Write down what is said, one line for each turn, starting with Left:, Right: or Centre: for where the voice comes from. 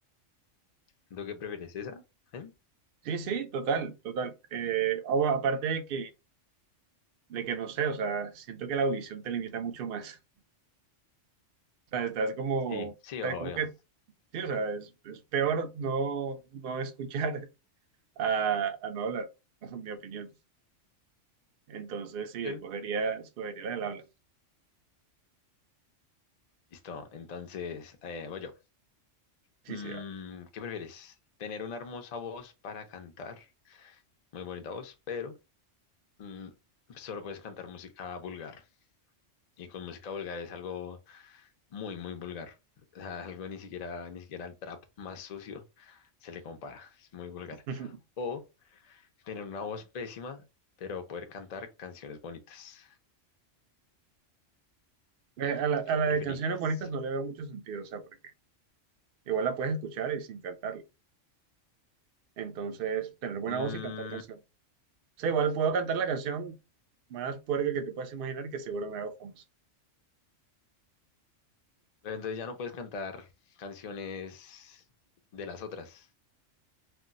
Left: ¿Lo que prefieres? ¿Esa? ¿Eh?
Right: Sí, sí, total, total. Eh, ah, bueno, aparte de que, de que no sé, o sea, siento que la audición te limita mucho más. O sea, estás como,
Left: Sí,
Right: o
Left: sí,
Right: sea,
Left: obvio.
Right: como que Sí, o sea, es, es peor no, no <laughs> escuchar a, a no hablar, <laughs> en mi opinión. Entonces, sí,
Left: Sí.
Right: escogería, escogería la del habla.
Left: Listo, entonces eh, voy yo.
Right: Sí,
Left: Mm,
Right: sí, va.
Left: ¿qué prefieres? ¿Tener una hermosa voz para cantar? Muy bonita voz, pero mm, solo puedes cantar música vulgar. Y con música vulgar es algo muy, muy vulgar. <laughs> O sea, algo ni siquiera, ni siquiera el trap más sucio se le compara. Es muy vulgar.
Right: <laughs>
Left: O tener una voz pésima, pero poder cantar canciones bonitas.
Right: Eh, A la, a
Left: ¿Qué
Right: la
Left: preferirías?
Right: de canciones bonitas no le veo mucho sentido, o sea, porque igual la puedes escuchar y sin cantarla. Entonces, tener buena
Left: Mm,
Right: voz y cantar canción. O sea, igual puedo cantar la canción más puerca que te puedas imaginar, que seguro me hago famoso.
Left: Pero entonces ya no puedes cantar canciones de las otras.